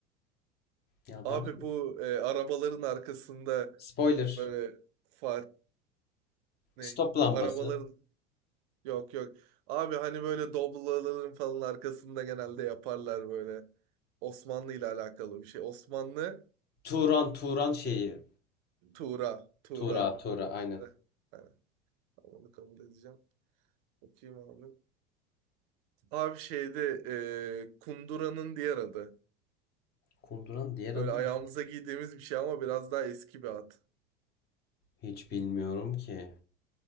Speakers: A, on the left; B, on the right.
A: Yalvar.
B: Abi bu e, arabaların arkasında
A: Spoiler.
B: böyle fa ne?
A: Stop lambası.
B: Arabaların yok yok. Abi hani böyle Doblo'ların falan arkasında genelde yaparlar böyle. Osmanlı ile alakalı bir şey. Osmanlı
A: Turan Turan şeyi.
B: Tuğra. Tuğra.
A: Tura Tura aynen.
B: Heh, hani, tamam, onu kabul edeceğim. Okuyayım abi. Abi şeyde e, kunduranın diğer adı.
A: Kunduran diğer
B: Böyle
A: adı
B: ayağımıza
A: ne?
B: giydiğimiz bir şey ama biraz daha eski bir ad.
A: hiç bilmiyorum ki.